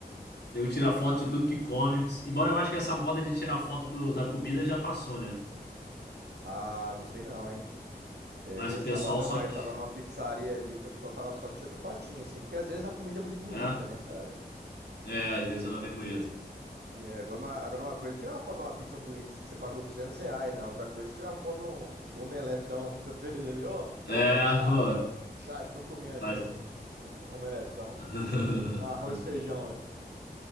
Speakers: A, on the left (about 85°); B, on the right (about 80°).
A: nego tira
B: Ah,
A: foto
B: doido.
A: de tudo que come. Embora eu acho que essa moda de tirar foto do- da comida já passou, né?
B: Ah, não sei não, hein? É,
A: Mas o
B: sabadão
A: pessoal só
B: aí
A: que.
B: eu tava numa pizzaria ali, o pessoal tava só tirando fotinho, assim, porque às vezes a comida é muito bonita,
A: É,
B: né, cara?
A: é, às vezes ela vem bonita.
B: É, agora, uma, agora uma coisa é tirar uma foto de uma pizza bonita, assim, que você pagou 200 reais, né? Outra coisa é tirar foto de um, do omeletão que você <laughs> fez ali. Ô,
A: É,
B: galera, chat,
A: ó,
B: chat, tô comendo aqui
A: mas.
B: um, um um omeletão,
A: <laughs>
B: um arroz e feijão.